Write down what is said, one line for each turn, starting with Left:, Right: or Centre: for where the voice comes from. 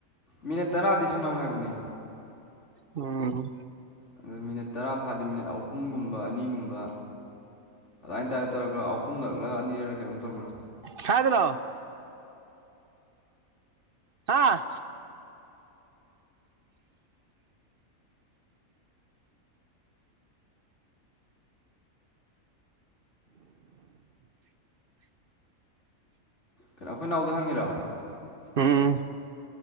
Left: ꯃꯤꯅꯤꯠ ꯇꯔꯥꯗꯤ ꯁꯥꯟꯅꯧ ꯍꯥꯏꯕꯅꯤ
Right: ꯎꯝ
Left: ꯑꯗꯨ ꯃꯤꯅꯤꯠ ꯇꯔꯥ ꯐꯥꯗꯤꯦ ꯃꯤꯅꯤꯠ ꯑꯍꯨꯝꯒꯨꯝꯕ ꯑꯅꯤꯒꯨꯝꯕ ꯑꯗꯨꯃꯥꯏꯅ ꯇꯥꯏꯗ ꯇꯔꯒ ꯑꯍꯨꯝꯂꯛꯂꯥ ꯑꯅꯤꯔ ꯀꯩꯅꯣ ꯇꯧꯕꯔꯥ
Right: ꯍꯥꯏꯥꯏꯗꯅꯣ ꯍꯥꯥ
Left: ꯀꯩꯅꯣ ꯑꯩꯈꯣꯏ ꯅꯥꯎꯗ ꯍꯪꯉꯤꯔꯣ
Right: ꯎꯝ